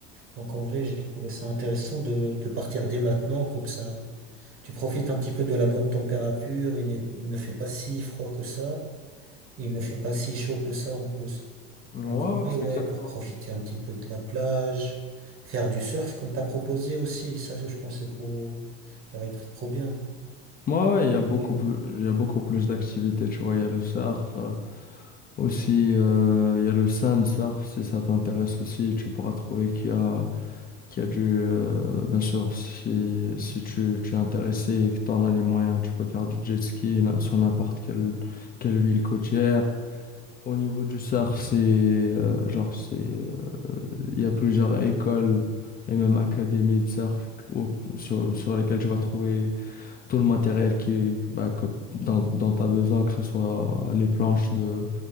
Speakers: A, on the right; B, on the left.
A: Donc en vrai, j'ai trouvé ça intéressant de, de partir dès maintenant, comme ça tu profites un petit peu de la bonne température, il n'est- il ne fait pas si froid que ça, il ne fait pas si chaud que ça en plus.
B: Ouais,
A: Donc
B: ouais,
A: en vrai,
B: c'est
A: ouais,
B: exactement
A: pour profiter un petit peu de la plage, faire du surf comme t'as proposé aussi, ça je pense que c'est trop, ça va être trop bien.
B: Moi, ouais, il y a beaucoup
A: Mais
B: plus, il y a beaucoup plus d'activités, tu vois. Il y a le surf, euh, aussi, euh, il y a le sand surf, si ça t'intéresse aussi, tu pourras trouver qu'il y a, qu'il y a du, euh, bien sûr, si, si tu, tu es intéressé et que tu en as les moyens, tu peux faire du jet ski na- sur n'importe quelle, quelle ville côtière. Au niveau du surf, c'est, euh, genre, c'est, euh, il y a plusieurs écoles et même académies de surf au- sur, sur lesquelles tu vas trouver tout le matériel qui, bah, que, dont, dont tu as besoin, que ce soit les planches de,